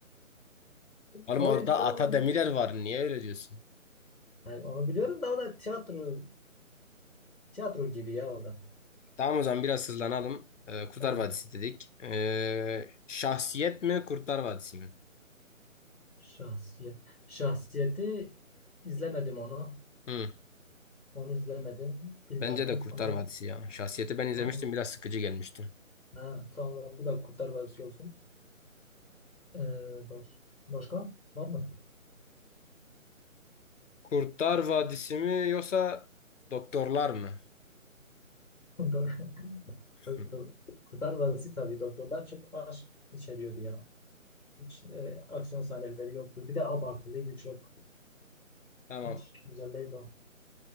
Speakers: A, on the left; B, on the left.
A: Oğlum
B: O
A: orada
B: işte
A: Ata
B: o
A: Demirer var. Niye öyle diyorsun?
B: Yani onu biliyorum da o da tiyatro tiyatro gibi ya o da.
A: Tamam o zaman biraz hızlanalım. Ee, Kurtlar
B: Yani
A: Vadisi dedik. Ee, şahsiyet mi Kurtlar Vadisi mi?
B: şahsiyet şahsiyeti izlemedim onu.
A: Hı.
B: Onu izlemedim. Bilmiyorum
A: Bence de Kurtlar
B: ama
A: Vadisi ya. Şahsiyeti ben izlemiştim
B: ha,
A: biraz sıkıcı gelmiştim.
B: ha, tamam bu da Kurtlar Vadisi olsun. Ee, baş, başka var mı?
A: Kurtlar Vadisi mi yoksa Doktorlar mı?
B: <laughs> Doktor. Doktor-
A: Hı.
B: Kurtlar Vadisi tabii doktorlar çok aşk içeriyordu ya. Hiç e, aksiyon sahneleri yoktu. Bir de abartılıydı çok.
A: Tamam.
B: Hiç güzel değil o.